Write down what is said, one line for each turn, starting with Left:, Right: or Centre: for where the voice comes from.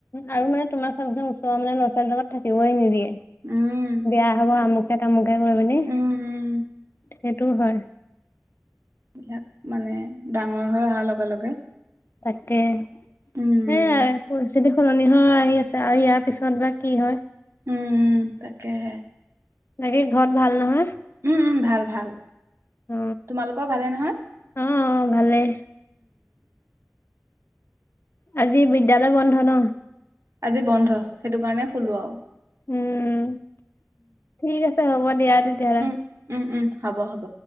Left: আৰু মানে তোমাৰ চাবা চন ওচৰৰ মানে লৰা ছোৱাল লগ লগত থাকিবই নিদিয়ে
Right: উম
Left: বেয়া
Right: তাকেই
Left: হব আমুকে তামুকে গৈ পিনি
Right: উম উম
Left: সেইটো হয়
Right: বিলাক মানে ডাঙৰ হৈ অহাৰ লগে লগে
Left: তাকে সেই
Right: উম উম
Left: পৰিস্থিতি সলনি হয় আহি আছে আৰু ইয়াৰ পিছত বা কি হয়
Right: উম তাকেহে! !
Left: বাকী ঘৰত ভাল নহয়?
Right: উম উম ভাল ভাল
Left: অ
Right: তোমালোকৰ ভালে নহয়?
Left: অ ভালেই আজি বিদ্যালয় বন্ধ ন?
Right: আজি বন্ধ সেইটো কাৰণে শুলোঁ আও।
Left: উম ঠিক আছে হ'ব দিয়া তেতিয়াহ'লে
Right: উম উম উম হ'ব হ'ব।